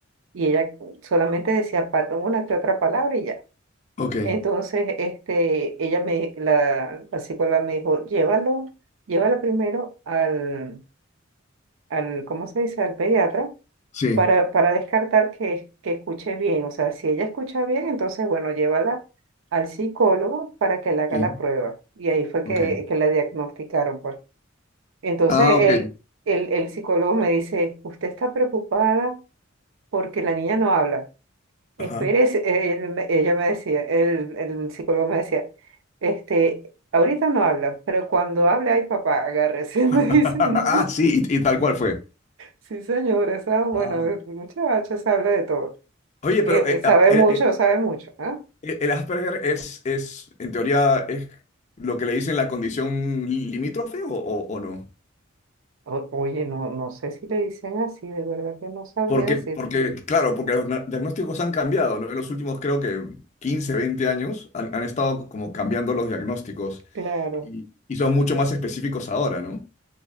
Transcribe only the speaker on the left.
Ok.
Sí.
Sí.
Ok.
Ah, ok.
Ajá.
<laughs>
Ah,
sí, y, y tal cual fue.
Ah,
Oye,
pero eh,
ah, eh,
eh,
eh, el Asperger es, es, en teoría, es lo que le dicen la condición limítrofe o, o- o no?
Porque,
porque, claro, porque los na- diagnósticos han cambiado, ¿no? En los últimos, creo que 15, 20 años, han, han estado como cambiando los diagnósticos
y, y son mucho más específicos ahora, ¿no?